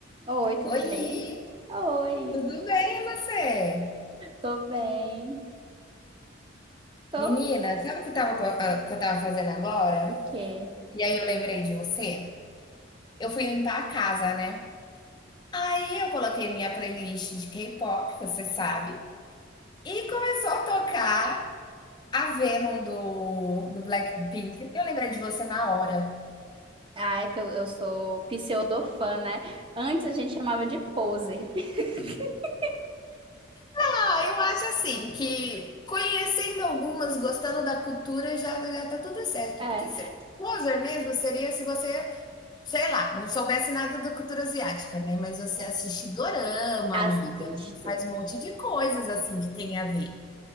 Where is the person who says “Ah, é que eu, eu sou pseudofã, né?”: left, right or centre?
Right